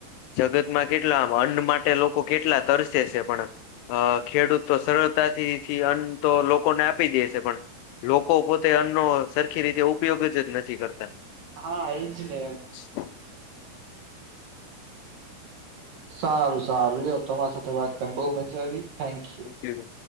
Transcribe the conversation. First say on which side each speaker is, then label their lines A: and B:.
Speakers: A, on the left; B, on the right.
A: જગતમાં કેટલા આમ અન્ન માટે લોકો કેટલા તરસે છે પણ અ ખેડૂત તો સરળતાથી થી અન્ન તો લોકોને આપી દે છે પણ લોકો પોતે અન્ન નો સરખી રીતે ઉપયોગ જ નથી કરતા.
B: હા એ જ ને.
A: <unintelligible>
B: સારું સારું લિયો તમારી સાથે વાત કરીને બો મજા આવી થેન્ક યુ.
A: ક્યારે